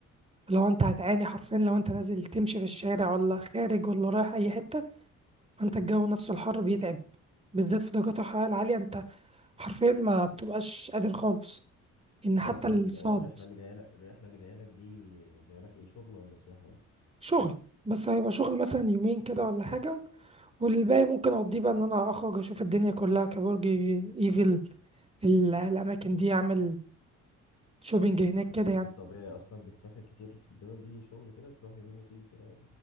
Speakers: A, on the right; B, on the left.
A: لو أنت هتعاني حرفيا لو أنت نازل تمشي في الشارع ولا خارج ولا رايح أي حتة فأنت الجو نفسه الحر بيتعب بالذات في درجات الحرارة العالية أنت حرفيا ما بتبقاش قادر خالص ان
B: انت
A: حتى
B: اصلا
A: الصعد
B: ال- الرحله اللي جايه لك الرحله اللي جايه لك دي جايه لك ايه شغل ولا سياحه يعني
A: شغل بس هيبقى شغل مثلا يومين كده ولا حاجة والباقي ممكن اقضيه بقى ان انا اخرج اشوف الدنيا كلها كبرج ايفل ال- الاماكن دي اعمل شوبينج هناك
B: انت
A: كده يعني
B: في الطبيعي اصلا بتسافر كتير في الدول دي شغل كده بتروح يومين وتيجي كده